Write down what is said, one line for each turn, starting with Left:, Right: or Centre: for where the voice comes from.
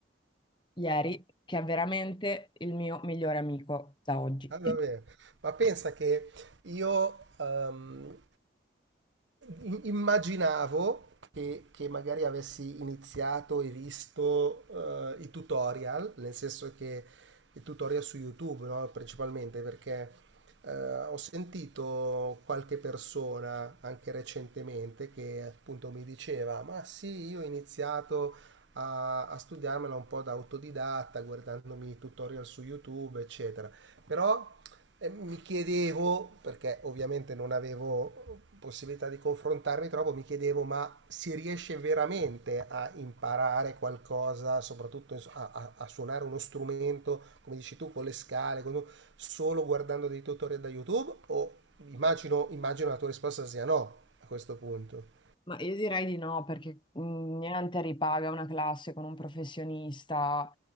Left: ieri che è veramente il mio migliore amico da oggi.
Right: Ah, davvero. Ma pensa che io ehm, i- immaginavo che, che magari avessi iniziato e visto eh, i tutorial, nel senso che i tutorial su YouTube, no, Principalmente perché eh, ho sentito qualche persona anche recentemente che appunto mi diceva: Ma sì, io ho iniziato a, a studiarmela un po' da autodidatta, guardandomi tutorial su YouTube, eccetera. Però eh, mi chiedevo, perché ovviamente non avevo possibilità di confrontarmi troppo, mi chiedevo ma si riesce veramente a imparare qualcosa, soprattutto ins- a, a- a suonare uno strumento, come dici tu, con le scale, con- solo guardando dei tutorial da YouTube? O immagino, immagino la tua risposta sia no a questo punto.
Left: Ma io direi di no, perché mh, niente ripaga una classe con un professionista